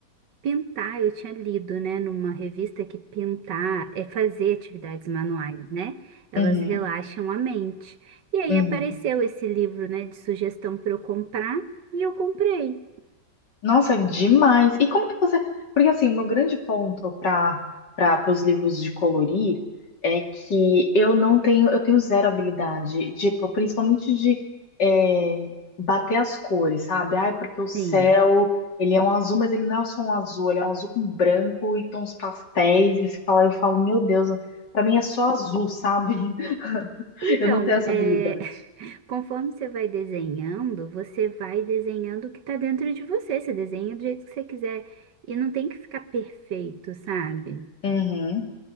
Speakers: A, on the right; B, on the left.
A: pintar, eu tinha lido, né, numa revista que pintar é fazer atividades manuais, né? Elas
B: Uhum,
A: relaxam a mente. E aí
B: uhum.
A: apareceu esse livro, né, de sugestão para eu comprar, e eu comprei.
B: Nossa, demais. E como que você. Porque assim, o meu grande ponto para para os livros de colorir é que eu não tenho, eu tenho zero habilidade, tipo, principalmente de é, bater as cores, sabe? Ai, porque o céu,
A: Sim.
B: ele é um azul, mas ele não é só um azul, ele é um azul com branco e tons pastéis. E você fala, eu falo, meu Deus, para mim é só azul, sabe? <laughs>
A: Então,
B: Eu não tenho essa
A: é,
B: habilidade.
A: Conforme você vai desenhando, você vai desenhando o que tá dentro de você. Você desenha do jeito que você quiser. E não tem que ficar perfeito, sabe?
B: Uhum.